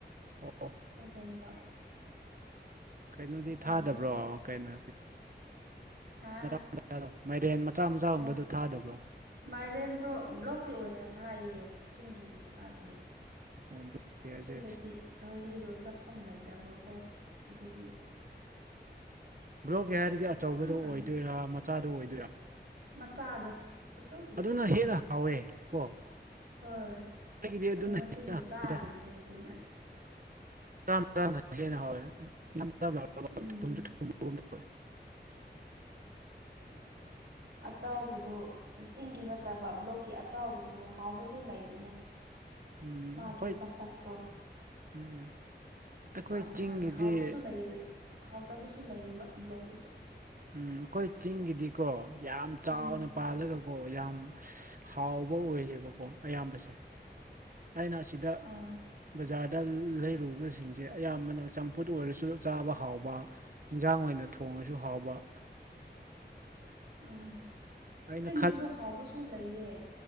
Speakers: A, on the right (about 50°); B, on the right (about 65°).
A: ꯑꯣ
B: ꯇꯨꯒꯨꯝꯕ ꯫
A: ꯀꯩꯅꯣꯗꯤ
B: ꯑꯆꯧꯕꯁꯨ
A: ꯊꯥꯗꯕ꯭ꯔꯣ
B: ꯊꯥꯏ
A: ꯀꯩꯅꯣ
B: ꯍꯥ
A: <unintelligible> <unintelligible> ꯃꯥꯏꯔꯦꯟ ꯃꯆꯥ ꯃꯆꯥꯒꯨꯝꯕꯗꯨ
B: ꯑꯣ
A: ꯊꯥꯗꯕ꯭ꯔꯣ꯫
B: ꯃꯥꯏꯔꯦꯟꯗꯣ ꯕ꯭ꯂꯣꯛꯀꯤ ꯑꯣꯏꯅ ꯊꯥꯏꯌꯦ ꯆꯤꯡꯒꯤꯗꯤ ꯊꯥꯗꯦ꯫
A: ꯑꯣ ꯕ꯭ꯂꯣꯀꯤꯌꯥꯁꯦ
B: ꯁꯤꯗꯗꯤ ꯊꯧꯔꯤꯗꯣ ꯆꯞꯐꯝ ꯂꯩꯇꯕꯀꯣ ꯑꯗꯨꯒꯤ ꯫
A: ꯕ꯭ꯂꯣꯛꯀꯤ ꯍꯥꯏꯔꯗꯤ ꯑꯆꯧꯕꯗꯨ
B: ꯁꯥꯡ ꯁꯥꯡ
A: ꯑꯣꯏꯗꯣꯏꯔꯥ ꯃꯆꯥꯗꯨ ꯑꯣꯏꯗꯣꯏꯔꯥ꯫
B: ꯃꯆꯥꯗꯣ ꯄꯤꯇ꯭ꯔꯨꯛ ꯄꯨꯇ꯭ꯔꯨꯛ
A: ꯑꯗꯨꯅ
B: ꯄꯤꯛꯕꯗꯣ꯫
A: ꯍꯦꯟꯅ ꯍꯥꯎꯋꯦ ꯀꯣ
B: ꯍꯣꯏ
A: ꯑꯩꯒꯤꯗꯤ ꯑꯗꯨꯅ
B: ꯑꯗꯨ ꯉꯁꯤꯁꯨ
A: ꯍꯦꯟꯅ ꯍꯥꯎꯋꯦꯗ
B: ꯆꯥꯔꯤꯅꯦ ꯑꯗꯨꯅ꯫
A: <unintelligible>
B: ꯎꯝ ꯑꯆꯥꯎꯕꯗꯨ ꯫ ꯆꯤꯡꯒꯤ ꯅꯠꯇꯕ ꯕ꯭ꯂꯣꯛꯀꯤ ꯑꯆꯥꯎꯕꯁꯨ ꯍꯥꯎꯕꯁꯨ ꯂꯩꯕꯅꯦ꯫
A: ꯎꯝ
B: ꯃꯥꯒꯤ
A: ꯑꯩꯈꯣꯏ
B: ꯃꯁꯛꯇꯣ꯫
A: ꯎꯝ ꯑꯩꯈꯣꯏ
B: ꯇꯣꯉꯥꯟ ꯇꯣꯉꯥꯟ
A: ꯆꯤꯡꯒꯤꯗꯤ
B: ꯍꯥꯎꯕꯁꯨ ꯂꯩ ꯍꯥꯎꯇꯕꯁꯨ ꯂꯩꯌꯦꯕ ꯕ꯭ꯂꯣꯛꯀꯤꯁꯨ꯫
A: ꯎꯝ ꯑꯩꯈꯣꯏ ꯆꯤꯡꯒꯤꯗꯤꯀꯣ ꯌꯥꯝ ꯆꯥꯎꯅ
B: ꯎꯝ
A: ꯄꯥꯜꯂꯒ꯫ ꯀꯣ ꯌꯥꯝ ꯍꯥꯎꯕ ꯑꯣꯏꯌꯦꯕꯀꯣ ꯑꯌꯥꯝꯕꯁꯦ꯫ ꯑꯩꯅ ꯑꯁꯤꯗ
B: ꯑꯥ
A: ꯕꯖꯥꯔꯗ ꯂꯩꯔꯨꯕꯁꯤꯡꯖꯦ ꯑꯌꯥꯝꯕꯅ ꯆꯝꯐꯨꯠ ꯑꯣꯏꯔꯁꯨ ꯆꯥꯕ ꯍꯥꯎꯕ ꯏꯟꯖꯥꯡ ꯑꯣꯏꯅ ꯊꯣꯡꯉꯁꯨ ꯍꯥꯎꯕ
B: ꯎꯝ
A: ꯑꯩꯅ
B: ꯆꯤꯡꯒꯤꯁꯨ ꯍꯥꯎꯕꯁꯨ ꯂꯩꯌꯦ꯫